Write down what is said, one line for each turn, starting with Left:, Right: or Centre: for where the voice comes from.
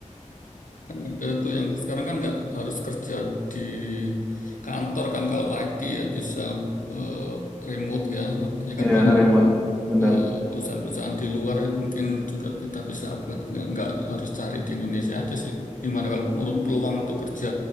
Left: Kan ada tuh yang sekarang kan nggak harus kerja di kantor kan kalau IT ya bisa eh, remote ya. Artinya
Centre: Iya,
Left: kan banyak
Centre: remote. Benar.
Left: Hmm. eh, perusahaan-perusahaan di luar yang mungkin juga kita bisa upload nggak nggak harus cari di Indonesia aja sih. Gimana kalau menurut peluang untuk kerja